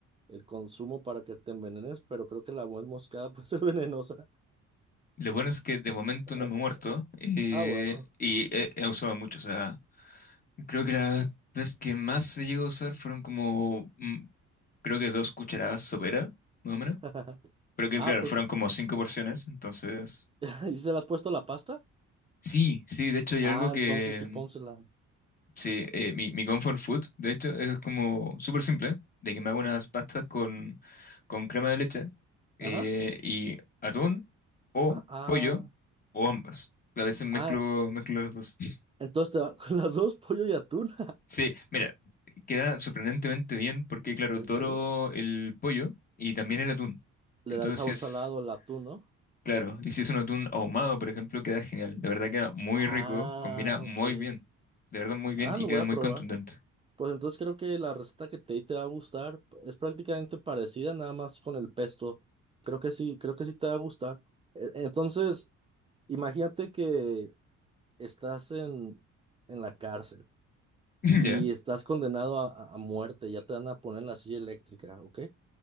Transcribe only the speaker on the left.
Lo bueno es que de momento
no me he muerto eh,
y he, he usado mucho. O sea, creo que la vez que más he llegado a usar fueron como mm, creo que dos cucharadas sopera, más o menos.
Pero que
claro,
fueron como cinco porciones, entonces...
Sí, sí, de hecho hay
algo que...
mm,
Sí, eh, mi, mi comfort food, de hecho, es como súper simple, de que me hago unas pastas con, con crema de leche eh,
y atún o
pollo o ambas. A veces mezclo,
mezclo las dos. <laughs>
Sí, mira, queda sorprendentemente bien porque, claro,
doro
el pollo y también el atún. Entonces,
sí es...
Claro, y si es un atún ahumado, por ejemplo, queda genial. De verdad queda muy
rico, combina muy
bien. De verdad muy bien
y
queda
muy
contundente.
<laughs>
Ya,